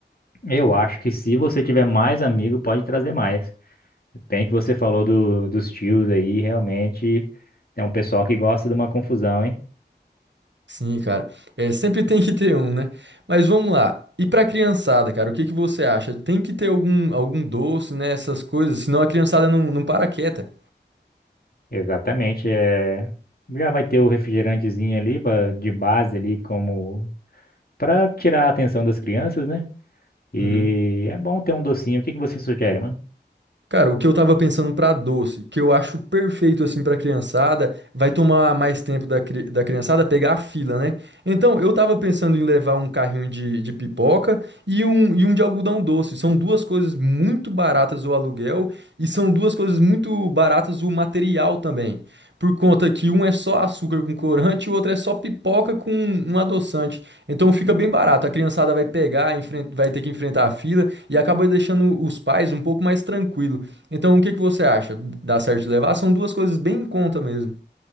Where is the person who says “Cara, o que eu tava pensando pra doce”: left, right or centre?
Right